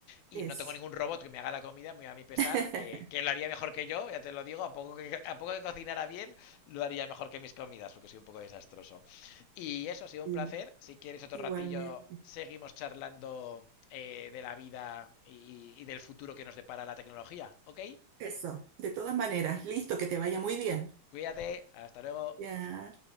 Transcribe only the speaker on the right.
eso.
<laughs>
Mm.
Igualmente.
Eso. De todas maneras, listo, que te vaya muy bien.
Ya.